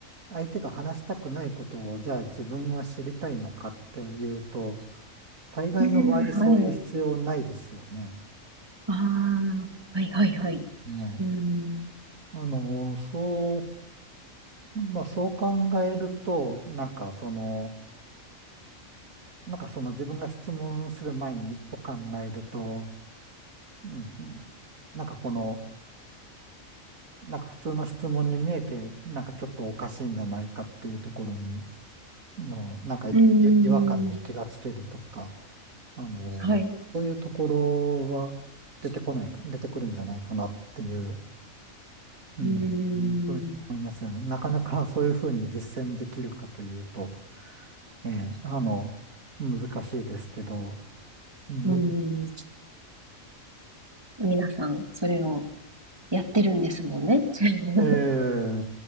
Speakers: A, on the right; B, on the right.
A: 相手が話したくないことを、じゃあ自分は知りたいのかっていうと、大概の場合そういう必要ないですよね。
B: うん、はい。ああ、はいはいはい。
A: ね。
B: うん。
A: あの、そう、まあ、そう考えると、なんかその、なんかその自分が質問する前に一歩考えると、うんうん、なんかこの、なんか普通の質問に見えて、なんかちょっとおかしいんじゃないかっていうところに、の、なんかい違和感に気がつけるとか、
B: うん。
A: あの、
B: はい。
A: そういうところは出てこない、出てくるんじゃないかなっていう、うん、
B: うん。
A: うんふうに思いますよね。なかなかそういうふうに実践できるかというと、ええ、あの、難しいですけど、うん
B: うん。皆さん、それをやってるんですもんね。<laughs>
A: え